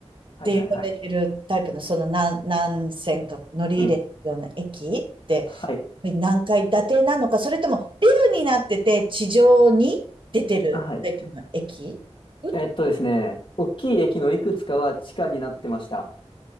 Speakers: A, on the left; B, on the right.
A: はいはいはい。
B: って呼ばれてるタイプの、その何、何線か乗り入れるような駅って、
A: うん。はい。
B: 何階建てなのか、それともビルになってて地上に出てるタイプの駅う
A: あ、はい。えっとですね、大きい駅のいくつかは地下になってました。